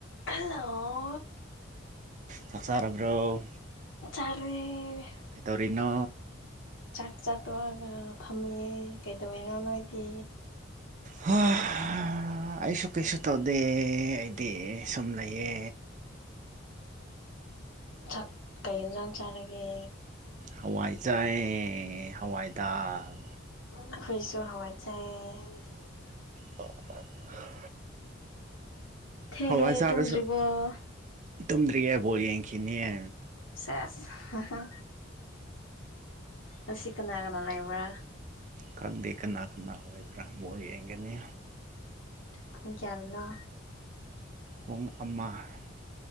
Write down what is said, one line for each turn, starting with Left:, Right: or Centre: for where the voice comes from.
Left: Hello
Right: ꯆꯥꯛꯆꯥ ꯔꯕꯔꫭ
Left: ꯆꯥꯔꯦ
Right: ꯀꯗꯧꯔꯤꯅꯣ
Left: ꯆꯥꯛ ꯆꯥ ꯇꯣꯛꯑꯒ ꯐꯝꯃꯤꯌꯦ ꯀꯩꯗꯧꯋꯤꯅꯣ ꯅꯣꯏꯗꯤ
Right: ꯍꯣꯏ ꯑꯥ ꯑꯩꯁꯨ ꯀꯩꯁꯨ ꯇꯧꯗꯦ ꯑꯩꯗꯤ ꯁꯨꯝ ꯂꯩꯌꯦ
Left: ꯆꯥꯥꯛ ꯀꯩ ꯌꯦꯟꯖꯥꯡ ꯆꯥꯔꯒꯦ
Right: ꯍꯋꯥꯏꯖꯥꯏꯦ ꯍꯋꯥꯏꯗꯥꯛꯔ
Left: ꯑꯩꯈꯣꯏꯁꯨ ꯍꯋꯥꯏꯠꯆꯩ ꯎ <unintelligible>
Right: ꯑꯣ <unintelligible>
Left: ꯊꯦꯡꯉꯦ
Right: ꯍꯣꯏ ꯑꯩ ꯆꯥꯔꯁꯨ
Left: ꯇꯨꯝꯗ꯭ꯔꯤꯕꯣ
Right: ꯇꯨꯝꯗ꯭ꯔꯤꯌꯦ ꯕꯣꯜ ꯌꯦꯡꯈꯤꯅꯤꯌꯦ
Left: ꯁꯦꯁ ꯍꯥ ꯍꯥ ꯉꯁꯤ ꯀꯅꯥ ꯀꯅꯥ ꯂꯩꯕ꯭ꯔ
Right: ꯈꯪꯗꯦ ꯀꯅꯥ ꯀꯅꯥ ꯑꯣꯏꯕ꯭ꯔꯥ ꯑꯃꯨꯛ ꯌꯦꯡꯒꯅꯤ
Left: ꯄꯨꯡ ꯀꯌꯥꯗꯅ
Right: ꯄꯨꯡ ꯑꯃ